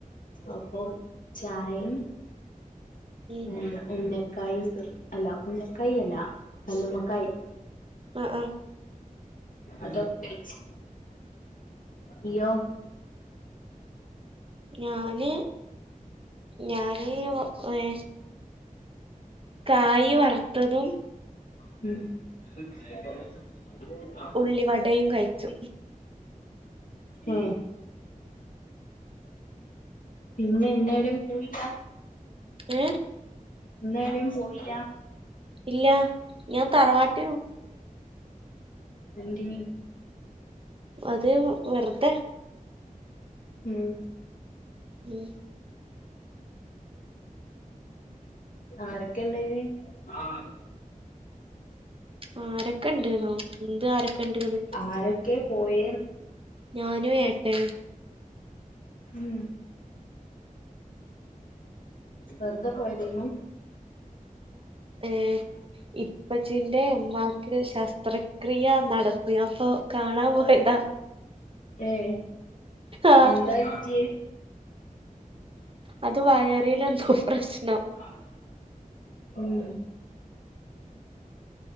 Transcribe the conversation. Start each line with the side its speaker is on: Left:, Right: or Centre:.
Left: അപ്പൊ ചായിം
Right: ഉം
Left: എ ഉന്നക്കായും അല്ല ഉന്നക്കായ അല്ല കല്ലുമ്മക്കായ്
Right: ആഹ് ആഹ്
Left: അതൊക്കെ കയ്ച്ചു ഇയോ
Right: ഞാന് ഞാന് വേ കായ് വറുത്തതും
Left: ഉം
Right: ഉള്ളി വടയും കയ്ച്ചു
Left: ഉം പിന്നെ എന്നാട പോയില്ല
Right: ഏഹ്
Left: ഇന്നേടം പോയിലാ
Right: ഇല്ല ഞാൻ തറവാട്
Left: എന്ത്‌ന്
Right: അത് വെറുതെ
Left: ഉം
Right: ഉം
Left: ആരൊക്കെ ഇണ്ടേനി ആഹ്
Right: ആരൊക്കെ ഇണ്ട്ന്നോ എന്ത് ആരൊക്കെ ഇണ്ട്ന്ന്
Left: ആരൊക്കെ പോയേ
Right: ഞാനും ഏട്ടനും
Left: ഉം വെർതെ പോയതേന്നു
Right: ഏഹ് ഇപ്പച്ചീന്റെ ഇമ്മാക്ക് ശസ്ത്രക്രിയ നടത്തിപ്പോ കാണാൻ പോയതാ
Left: ഏഹ്
Right: ആഹ്
Left: എന്തായി ൻറ്റ്
Right: അത് വയറില് എന്തോ പ്രശ്നം
Left: <unintelligible> ഉം